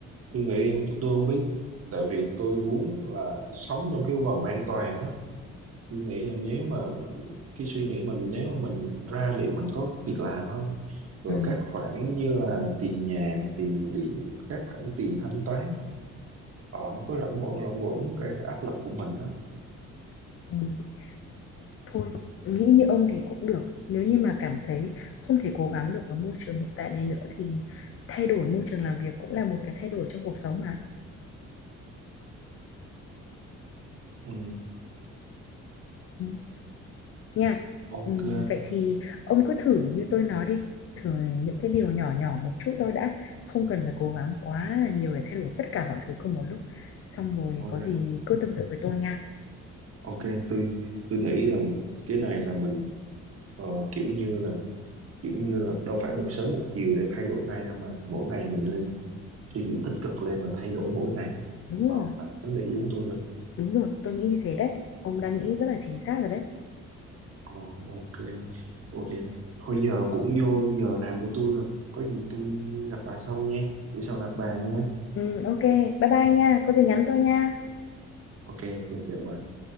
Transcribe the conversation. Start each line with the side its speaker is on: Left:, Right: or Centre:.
Right: tôi nghĩ không- tôi không biết tại vì tôi muốn là sống trong cái vòng an toàn á tôi nghĩ là nếu mà cái suy nghĩ mình nếu mà mình ra liệu mình có việc làm không rồi
Left: Ừ,
Right: các khoản như là tiền nhà tiền điện các khoản tiền thanh toán ờ nó cứ lẫn quẩn lẫn quẩn gây ra áp lực của mình á
Left: ừ, thôi, nghĩ như ông thì cũng được. Nếu như mà cảm thấy không thể cố gắng được ở môi trường hiện tại này nữa thì thay đổi môi trường làm việc cũng là một cái thay đổi trong cuộc sống mà.
Right: ừ,
Left: Ừ. nha.
Right: ok
Left: Ừm, vậy thì ông cứ thử như tôi nói đi, thử những cái điều nhỏ nhỏ một chút thôi đã, không cần phải cố gắng quá là nhiều để thay đổi tất cả mọi thứ cùng một lúc. Xong rồi
Right: ok
Left: có gì cứ tâm sự với tôi nha.
Right: ok tôi tôi nghĩ là cái này là mình ờ, kiểu như là kiểu như là đâu phải một sớm một chiều để thay đổi ngay đâu mà mỗi ngày mình nên suy nghĩ tích cực lên và thay đổi mỗi ngày
Left: Đúng
Right: ờ
Left: rồi,
Right: và nó nghĩ giống tôi rồi
Left: đúng rồi, tôi nghĩ như thế đấy. Ông đang nghĩ rất là chính xác rồi đấy.
Right: ờ ok ok thôi giờ cũng vô giờ làm của tôi rồi có gì tôi gặp bà sau nha bữa sau gặp bà nha
Left: Ừm, ok, bye bye nha, có gì nhắn tôi nha.
Right: ok ok chào bà